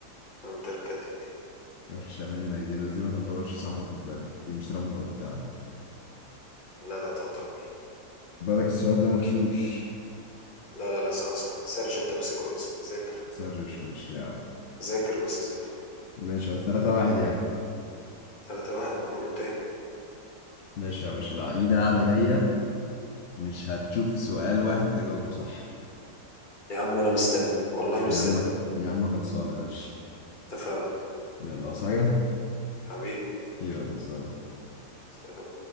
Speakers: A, on the left; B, on the left.
A: أنتاركتيك
B: وحشة منك دي بس دي ما تعتبرش صحرا خد بالك دي مش رملة وبتاع
A: لا لا تعتبر
B: خد بالك السؤال ده مغشوش
A: لا لا لا صح صح سرش انت بس كويس ذاكر
B: سرش ماشي يا عم
A: ذاكر بس ذاكر
B: ماشي يا عم تلاتة واحد يعني
A: تلاتة واحد الموضوع منتهي
B: ماشي يا باشا لا لينا قاعدة جاية مش هتشوف سؤال واحد تجاوبه صح
A: يا عم وانا مستني والله مستني
B: يا عم خ- يا عم خلصانة ماشي
A: اتفقنا
B: يلا عاوز حاجة
A: حبيبي
B: يلا سلام
A: سلام.